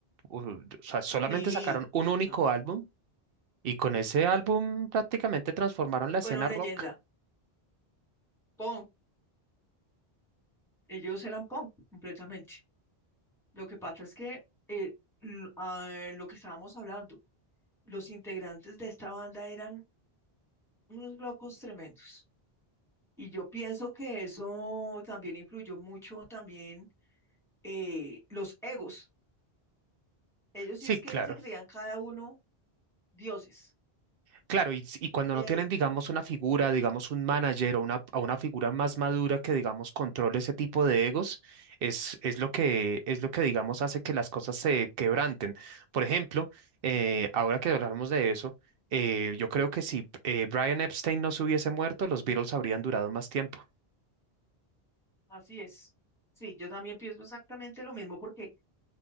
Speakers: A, on the right; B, in the centre.
A: O sea, solamente
B: sí,
A: sacaron un único
B: no.
A: álbum y con ese álbum prácticamente transformaron la
B: Fueron
A: escena rock.
B: leyenda, punk. Ellos eran punk completamente. Lo que pasa es que eh, l- ah, lo que estábamos hablando, los integrantes de esta banda eran unos locos tremendos. Y yo pienso que eso también influyó mucho también eh, los egos Ellos
A: Sí,
B: sí es
A: claro.
B: que se creían cada uno dioses.
A: Claro, y, y cuando
B: Eh,
A: no tienen, digamos, una figura, digamos, un manager o una, o una figura más madura que, digamos, controle ese tipo de egos, es, es lo que, es lo que, digamos, hace que las cosas se quebranten. Por ejemplo, eh, ahora que hablamos de eso, eh, yo creo que si eh, Brian Epstein no se hubiese muerto, los Beatles habrían durado más tiempo.
B: así es. Sí, yo también pienso exactamente lo mismo porque